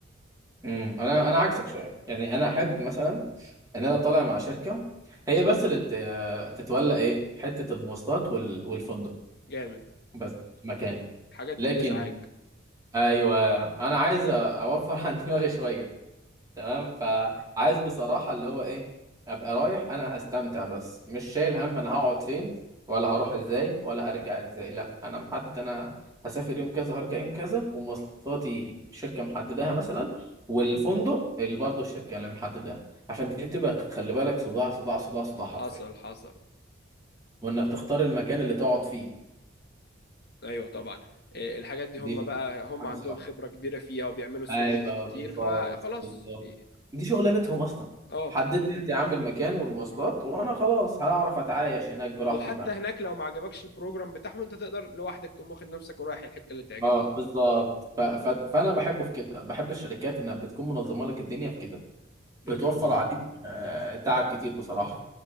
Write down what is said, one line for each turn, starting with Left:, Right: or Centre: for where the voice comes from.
Right: امم انا انا عكسك شوية يعني انا احب مثلا ان انا طالع مع شركة هي بس اللي ت- تتولى ايه حتة المواصلات وال... والفندق
Left: جامد
Right: بس مكان
Left: الحاجات
Right: لكن
Left: دي ازعاج
Right: ايوه انا عايز أ- اوفر عن دماغي شوية تمام فعايز بصراحة اللي هو ايه ابقى رايح انا هستمتع بس مش شايل هم انا هقعد فين ولا هروح ازاي ولا هرجع ازاي لا انا محدد انا هسافر يوم كذا وهرجع يوم كذا ومواصلاتي شركة محددها مثلا والفندق اللي برضه الشركة اللي محددها عشان دي بتبقى خلي بالك صداع صداع صداع صداع حرفيا
Left: حصل حصل
Right: وانك تختار المكان اللي تقعد فيه
Left: ايوه طبعا إيه، الحاجات دي
Right: دي
Left: هم بقى هم
Right: حاجة
Left: عندهم
Right: صعبة
Left: خبرة كبيرة فيها وبيعملوا سيرشز
Right: ايوه
Left: كتير
Right: بالظبط
Left: فخلاص
Right: بالظبط
Left: إيه،
Right: دي شغلانتهم اصلا
Left: اه
Right: حدد لي انت يا عم المكان والمواصلات وانا خلاص هعرف اتعايش هناك براحتي
Left: وحتى
Right: بقى
Left: هناك لو ما عجبكش البروجرام بتاعهم انت تقدر لوحدك تقوم واخد نفسك ورايح الحتة اللي تعجبك
Right: اه بالظبط ف... ف... فانا بحبه في كده بحب الشركات انها بتكون منظمه لك الدنيا في كده بتوفر
Left: فكرة برضو
Right: <laughs> عليك آه... تعب كتير بصراحه